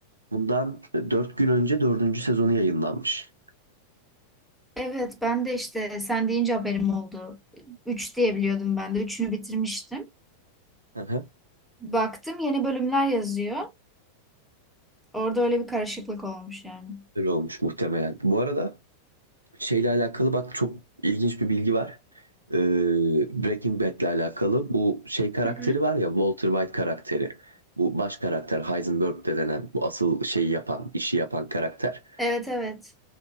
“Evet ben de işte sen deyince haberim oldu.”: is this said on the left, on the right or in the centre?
Centre